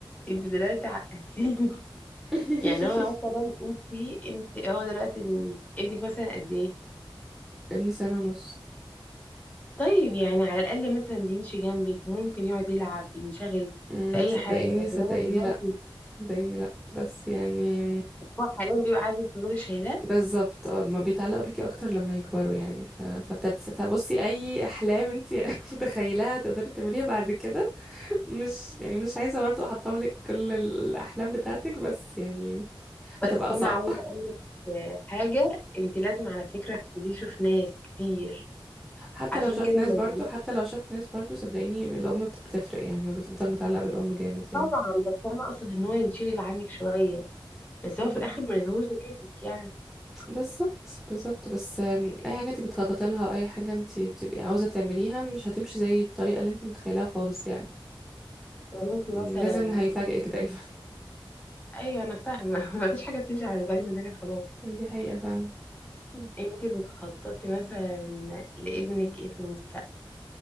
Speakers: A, on the left; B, in the centre.
A: انت دلوقتي عقلتيني
B: <laughs>
A: يعني هو مثلا انت انت هو دلوقتي ابنك مثلا قد ايه
B: ابني سنة ونص
A: طيب يعني على الاقل مثلا بيمشي جنبك ممكن يقعد يلعب بينشغل
B: أم،
A: في اي
B: صدقيني
A: حاجه لكن
B: صدقيني
A: انا دلوقتي
B: لا صدقيني لا بس يعني
A: هو حاليا بيبقى عايز تفضلي شايلاه
B: بالظبط اه ما بيتعلقوا بيكي اكتر لما يكبروا يعني ف... فبتت... فبصي اي احلام انتي <laughs> متخيلها تقدري تعمليها بعد كده مش يعني مش عايزة برضو احطم لك كل الاحلام بتاعتك بس يعني هتبقى
A: بس انا
B: صعبة
A: عايزه اقول لك حاجه انت لازم على فكره تخليه يشوف ناس كتير
B: حتى
A: عشان
B: لو شاف
A: كده
B: ناس
A: ما
B: برضو
A: يتعلمش
B: حتى لو شاف ناس برضو صدقيني الأم بت- بتفرق يعني وبتفضل متعلق بالأم جامد يعني
A: طبعا بس انا اقصد ان هو ينشغل عنك شويه بس هو
B: مم.
A: في الاخر ما يهوش غيرك يعني
B: بالظبط بالظبط بس آم، أي حاجة انت بتخططي لها أو أي حاجة انت بتبقي عاوزة تعمليها مش هتمشي زي الطريقة اللي انت متخيلها خالص يعني
A: لو انت
B: م،
A: مثلا
B: لازم هيفاجئك دايما
A: ايوه انا فاهمه <laughs> مفيش حاجه بتمشي على مزاجنا تاني خلاص
B: <laughs> دي حقيقة فعلا مم.
A: انتي بتخططي مثلا لابنك ايه في المستقبل